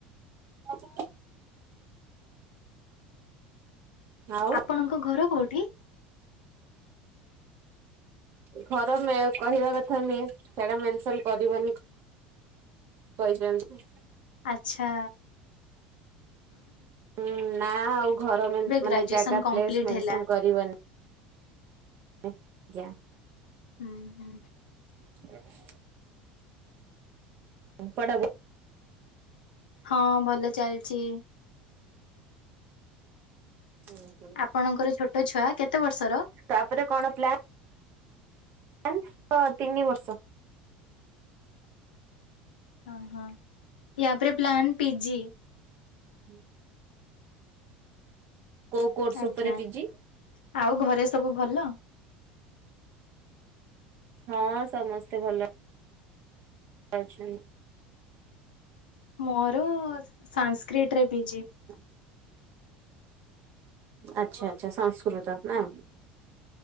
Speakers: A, on the right; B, on the left.
A: <unintelligible> ଆଉ
B: ଆପଣଙ୍କ ଘର କୋଉଠି?
A: ଘର ମେ କହିବା କଥା ନୁହେଁ ସେଇଟା ମେନସନ କରିବନି। କହିଛନ୍ତି।
B: ଆଛା।
A: ହୁଁ-ଉ-ଉ-ଉ ନା ଆଉ ଘର ମେନ୍
B: ଗ୍ରାଜୁଏସନ
A: ମାନେ ଜାଗା
B: କମ୍ପ୍ଲିଟ
A: ପ୍ଲେସ୍ ମେନସନ
B: ହେଲା।
A: କରିବନି। ଇ ଆଜ୍ଞା।
B: ହୁଁ ହୁଁ।
A: <unintelligible> ପଢା ପଢି
B: ହଁ ଭଲ ଚାଲିଛି।
A: ହୁଁ
B: ଆପଣଙ୍କର ଛୋଟ ଛୁଆ କେତେ ବର୍ଷର?
A: ତାପରେ କଣ ପ୍ଲାନ? <unintelligible> ତ ତିନି ବର୍ଷ।
B: ଓ ହଁ ୟା ପରେ ପ୍ଲାନ୍ ପି ଜି।
A: ହୁଁ କୋଉ କୋର୍ସ
B: ଆଜ୍ଞା।
A: ଉପରେ ପି ଜି?
B: ଆଉ ଘରେ ସବୁ ଭଲ?
A: ହଁ ସମସ୍ତେ ଭଲ ଅ ଅଛନ୍ତି।
B: ମୋର-ଅ-ଅ-ଅ ସାସ୍କ୍ରିଟ ରେ ପି ଜି।
A: ହ <inaudible> ଆଚ୍ଛା ଆଚଛା ସଂସ୍କୃତ ନା।